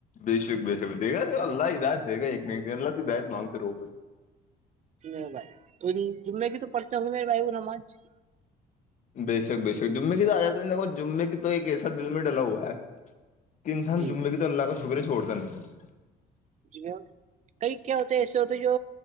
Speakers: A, on the left; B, on the right.
A: بے شک بے شک دے گا اللہ ہدات دے گا ایک م اللہ تو ہدایت مانگتے رہو بس
B: میں بھائی کوئی جمے کی تو پڑھتے ہوں گے میرے بھائی وہ نماز
A: بیشک جمے کی تو آ جات جمے کی تو ایک ایسا دل میں ڈلا ہوا ہے کہ انسان
B: جی
A: جمعے کی تو اللہ کا شکر ہے سےھوڑتا نہیں تھا
B: جی کئی کیا ہوتے ایسے ہوتے جو